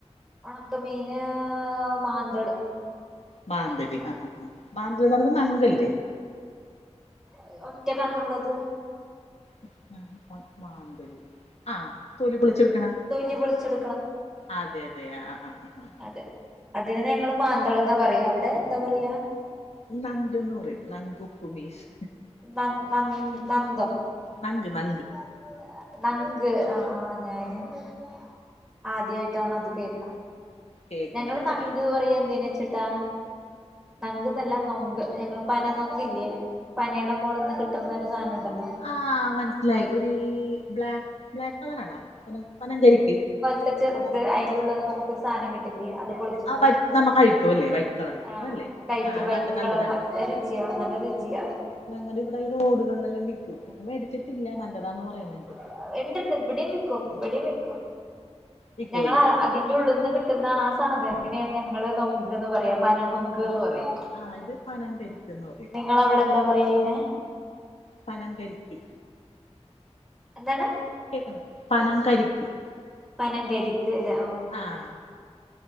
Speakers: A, in the centre; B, on the left.
A: ഒണക്ക മീന് മാന്തള്
B: മാന്തല് ആഹ് ആഹ് ആഹ് മാന്തല്ന്ന് പറയിന്നെ നങ്കല്ലേ
A: അഹ് ഒറ്റ കണ്ണ്ള്ളത്
B: <unintelligible> മാന്തല് ആഹ് തൊലി പൊളിച്ചെടുക്ക്ണെ
A: തൊലി പൊളിച്ചെട്
B: അതെ അതെ ആഹ് ആഹ് ആഹ് ആഹ്
A: അതെ അതിന് ഇന്നാ ഞങ്ങള് മാന്തള്ന്നാ പറിയാ അവിടെ എന്താ പറിയാ
B: നങ്ക്ന്നുറിം നങ്കുപ്പ്മീഷ്
A: ന്ന ന്ന ന്നന്തോ
B: നങ്ക് ന
A: ആഹ് നങ്ക് ആഹ് ആഹ് ഞാന് ആഹ് ആദ്യായിട്ടാണ് അത് കേക്ക്ണെ
B: കേക്കണല്ലേ
A: ഞങ്ങള് നങ്ക്
B: ആഹ്
A: പറിയും എന്തിനേച്ച്ട്ടാ നങ്ക്ന്നല്ല നൊങ്ക് ഞങ്ങള് പന നൊങ്ക്ല്ലെ പനേടെ മോള്ന്ന് കിട്ട്ന്ന ഒരു സാനണ്ടല്ലോ
B: ആഹ് മന്സ്സിലായി ഒര് ബ്ലാക്ക് ബ്ലാക്ക് കളറാണോ പനം പനം കരിക്ക്
A: റ്റെ ചെറ്ത് അയിന്റുള്ള്ന്ന് നമ്മക്കൊര് സാനം കിട്ടില്ലേ അ ത് പൊളിച്ചിട്ട്
B: ആഹ് വൈ നമ്മ കഴിക്കുവല്ലേ വൈറ്റ് കളറ്
A: ആഹ്
B: അതല്ലേ
A: കഴിക്ക്യും
B: ആഹ്
A: വൈറ്റ്
B: നല്ല നല്ലതാണ്
A: കളർ ന ല്ല രുചിയാ നല്ല രുചിയാ
B: ഞങ്ങള്ടെ ഇവടെ ഈ റോഡ്കള്ലെല്ലാം വിക്ക്യും ഞാന് മേടിച്ചിട്ടില്ലാ നല്ലതാന്ന് പറയ്ന്ന്ണ്ട്
A: ആഹ് ഇണ്ടണ്ട് ഇവടിം വിക്കും ഇവടിം വിക്കും
B: വിക്കൂല്ലേ
A: ഞങ്ങള അഹ്
B: ആഹ്
A: അതിന്റെ ഉള്ള്ന്ന് കി ട്ട്ന്ന ആ സാധനത്തിനേണ് ഞങ്ങള് നൊങ്ക്ന്ന് പറിയാ പന നൊങ്ക്ന്ന്
B: ആഹ്
A: പറിയും
B: ആഹ് ഇത് പനംകരിക്ക്ന്ന് പറയും
A: നിങ്ങളവടെന്താ പറയാ അയിനെ
B: പനം കരിക്ക്
A: എന്താണ്?
B: കേട്ടോ പനം കരിക്ക്
A: പനം കരിക്ക് ല്ലേ ഓ
B: ആഹ്